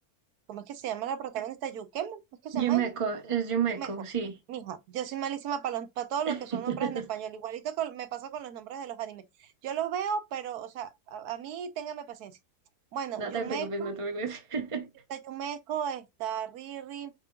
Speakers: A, on the right (about 85°); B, on the right (about 25°).
A: ¿cómo es que se llama la protagonista? Yukemo, ¿cómo es que se
B: Yumeco,
A: llama ella?
B: es Yumeco,
A: sí me co-
B: sí.
A: Mija, yo soy malísima para para todo lo
B: <laughs>
A: que son nombres en español. Igualito con- me pasa con los nombres de los animes. Yo los veo, pero, o sea, a, a mí téngame paciencia. Bueno,
B: No
A: Yumeko,
B: te preocupes, no te preocupes.
A: está
B: <laughs>
A: Yumeko, está Riri,